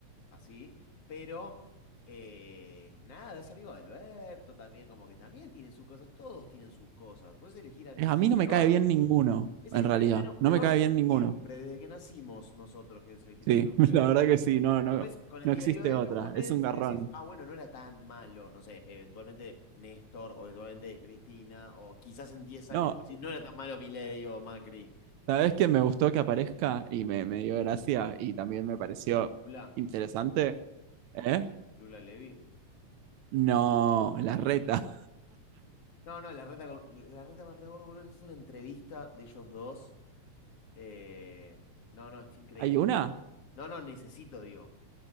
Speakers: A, on the left; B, on the right.
A: así, pero eh, nada, es amigo de Alberto también, como que también tiene sus cosas, todos tienen sus cosas. Puedes elegir al
B: Eh,
A: menos
B: A mí no
A: peor,
B: me cae bien ninguno,
A: es
B: en
A: elegir
B: realidad.
A: al menos
B: No
A: peor
B: me cae bien ninguno.
A: siempre, desde que nacimos nosotros, que es elegir
B: Sí,
A: al menos
B: <laughs>
A: peor.
B: la verdad que sí, no, no,
A: Pues con el
B: no
A: diario
B: existe
A: del
B: otra.
A: lunes
B: Es un garrón.
A: decís, ah, bueno, no era tan malo, no sé, eventualmente Néstor o eventualmente Cristina, o quizás en diez años
B: No,
A: decís, no era tan malo Milei o Macri.
B: Sabes que me gustó que aparezca y me, me dio gracia y también me pareció
A: Lula,
B: interesante. ¿Eh?
A: Lula Levy.
B: No, la reta.
A: No, no, la reta, con, la reta más rebordo, boludo, hizo una entrevista de ellos dos. eh, no, no, es
B: <laughs>
A: increíble.
B: ¿Hay una?
A: No, no, necesito, digo.